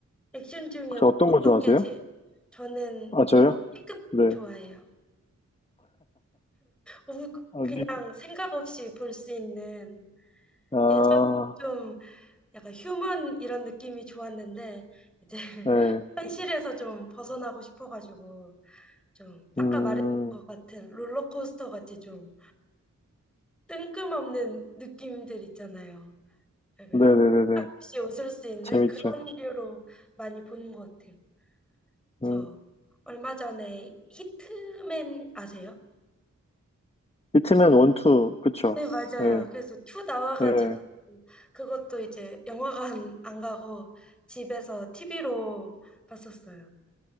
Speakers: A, in the centre; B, on the left.
A: 액션 중에
B: 혹시 어떤
A: 어떤
B: 거 좋아하세요?
A: 게 제, 저는
B: 아, 저요?
A: 약간 B급
B: 네.
A: 좋아해요. 너무
B: 아,
A: 그냥
B: 리,
A: 생각 없이 볼 수 있는
B: 아,
A: 예전 좀 약간 휴먼 이런 느낌이 좋았는데 이제 <laughs>
B: 네.
A: 현실에서 좀 벗어나고 싶어가지고 좀 아까
B: 음,
A: 말했던 것 같은 롤러코스터 같이 좀 뜬금없는 느낌들 있잖아요. 약간
B: 네네네네.
A: 없이 웃을 수 있는
B: 재밌죠.
A: 그런 류로 많이 보는 것 같아요. 그래서
B: 음,
A: 얼마 전에 히트맨 아세요?
B: 히트맨 원투, 그쵸?
A: 네, 맞아요.
B: 네,
A: 그래서 투 나와가지고
B: 네.
A: 그것도 이제 영화관 안 가고 집에서 TV로 봤었어요.